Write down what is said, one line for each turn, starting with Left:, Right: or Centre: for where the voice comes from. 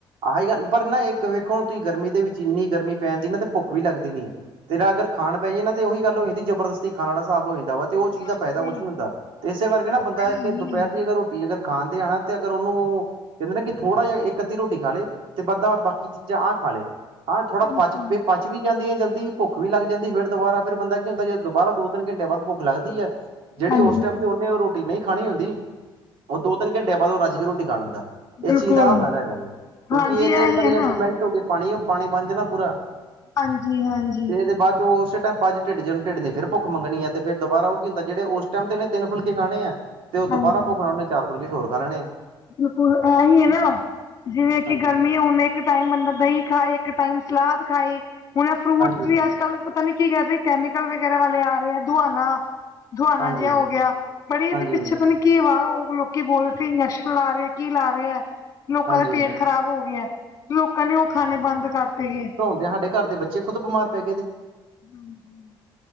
Right: ਆਹੀ ਗੱਲ ਪਰ ਨਾ ਇੱਕ ਵੇਖੋ ਹੁਣ ਤੁਸੀਂ ਗਰਮੀ ਦੇ ਵਿੱਚ ਇੰਨੀ ਗਰਮੀ ਪੈਂਦੀ ਨਾ ਤੇ ਭੁੱਖ ਵੀ ਲੱਗਦੀ ਨੀ ਹੈ। ਤੇਰਾ ਅਗਰ ਖਾਣ ਪੈ ਜਾਏ ਨਾ ਤੇ ਉਹੀ ਗਲ ਹੋ ਜਾਂਦੀ ਜਬਰਦਸਤੀ ਖਾਣ ਵਾਲਾ ਹਿਸਾਬ ਹੋ ਜਾਂਦਾ ਵਾ। ਤੇ ਉਹ ਚੀਜ਼ ਦਾ
Left: ਹਾਂਜੀ
Right: ਫਾਇਦਾ ਕੁਛ ਨੀ ਹੁੰਦਾ ਤੇ ਇਸੇ ਕਰਕੇ ਨਾ
Left: ਉਹ ਤਾਂ
Right: ਬੰਦਾ
Left: ਹੈ
Right: ਇੱਕ
Left: ਹੀ
Right: ਦੁਪਹਿਰ
Left: ਹੈ
Right: ਦੀ ਅਗਰ ਰੋਟੀ ਅਗਰ ਖਾਣਦੇ ਆ ਤੇ ਅਗਰ ਉਹਨੂੰ ਕਹਿੰਦੇ ਨਾ ਕਿ ਥੋੜਾ ਜਿਹਾ ਇੱਕ-ਅੱਧੀ ਰੋਟੀ ਖਾ ਲਏ। ਤੇ ਬੰਦਾ ਬਾਕੀ ਚੀਜ਼ਾਂ ਆਹ ਖਾ ਲੈ ਆ ਥੋੜਾ
Left: ਬਿਲਕੁਲ
Right: ਪਚ-ਪਚ। ਪਚ ਵੀ ਜਾਂਦੀ ਹੈ ਜਲਦੀ ਭੁੱਖ ਵੀ ਲੱਗ ਜਾਂਦੀ ਫਿਰ ਦੁਬਾਰਾ ਫਿਰ ਬੰਦਾ ਕਿ ਹੁੰਦਾ ਜ ਦੁਬਾਰਾ ਦੋ-ਤਿੰਨ ਘੰਟਿਆਂ ਬਾਅਦ ਭੁੱਖ ਲੱਗਦੀ ਹੈ। ਜਿਹੜੀ
Left: ਹਾਂਜੀ
Right: ਉਸ ਟਾਈਮ ਤੇ ਉਹਨੇ ਉਹ ਰੋਟੀ ਨਹੀਂ ਖਾਣੀ ਹੁੰਦੀ ਉਹ ਦੋ-ਤਿੰਨ ਘੰਟਿਆਂ ਬਾਅਦ ਉਹ ਰੱਜ ਕੇ ਰੋਟੀ ਖਾ ਲੈਂਦਾ।
Left: ਬਿਲਕੁਲ
Right: ਇਸ ਚੀਜ਼ ਦਾ ਆਹ ਫਾਇਦਾ ਹੈਗਾ ਜੀ ਕਿਉਂਕਿ
Left: ਹਾਂਜੀ
Right: ਇਹ ਤੇ
Left: ਇਹੀ
Right: ਅੰਦਰ ਹੀ
Left: ਨਾ
Right: ਹੈ ਕਿ ਮੈਲਟ ਹੋ ਗਈ। ਪਾਣੀ ਉਹ ਪਾਣੀ ਬਣ ਜਾਣਾ ਪੂਰਾ
Left: ਹਾਂਜੀ ਹਾਂਜੀ
Right: ਤੇ ਇਹਦੇ ਬਾਅਦ ਚ ਉਹ ਉਸ ਟੱ ਢਿੱਡ-ਢਿੱਡ ਨੇ ਫਿਰ ਭੂਖ ਮੰਗਣੀ ਫਿਰ ਦੁਬਾਰਾ ਉਹ ਕੀੁ ਉਨਂਦਾ ਜਿਹੜੇ ਟਾਈਮ ਤੇ ਇਹਨੇ ਤਿਨ ਫੁੱਲਕੇ ਖਾਣੇ ਆ। ਤੇ ਉਹ ਦੁਬਾਰਾ
Left: ਹਾਂਜੀ
Right: ਭੁੱਖ ਨਾਲ ਚਾਰ ਫੁੁਲਕੇ ਹੋਰ ਖਾ ਲੈਣੇਆ।
Left: ਬਿਲਕੁਲ ਇਹਹੀ ਹੈ ਨਾ ਜਿਵੇਂ ਕਿ
Right: ਹਾਂਜੀ
Left: ਗਰਮੀ ਹੁਣ ਇੱਕ ਟਾਈਮ ਬੰ ਦਹੀਂ ਖਾਏ, ਇੱਕ ਟਾਈਮ ਸਲਾਦ ਖਾਏ ਹੁਣ ਫਰੂਟ
Right: ਹਾਂਜੀ
Left: ਵੀ ਅੱਜ-ਕੱਲ੍ਹ ਪਤਾ ਨੀ ਕੀ ਕਹਿ ਰਹੇ ਸੀ? ਕੈਮੀਕਲ ਵਗੈਰਾ ਵਾਲੇ ਆ ਰਹੇ ਆ ਦੁਆਣਾ ਦੁਆਣਾ
Right: ਹਾਂਜੀ
Left: ਜਿਹਾ ਹੋ ਗਿਆ ਬੜੀ ਇਹਦੇ
Right: ਹਾਂਜੀ
Left: ਪਿੱਛੇ ਤਾਂ ਨੀ ਕੀ ਵਾਓ ਉਹ ਲੋਕੀ ਬੋਲ ਰਹੇ ਸੀ ਇੰਜੈਕਸ਼ਨ ਲਾ ਰਹੇ ਕੀ ਲਾ ਰਹਾ ਹੈ ਲੋਕਾਂ
Right: ਹਾਂਜੀ
Left: ਦੇ ਪੇਟ ਖ਼ਰਾਬ ਹੋ ਗਿਆ ਲੋਕਾਂ ਨੇ ਉਹ ਖਾਣੇ ਬੰਦ ਕਰਤੇ ਹੈ।
Right: ਜਾਂ ਤੇ ਘਰ ਦੇ ਬੱਚੇ ਖੁਦ ਬਿਮਾਰ ਪੈ ਗਏ ਤੇ
Left: ਹੂੰ -ਹੂੰ।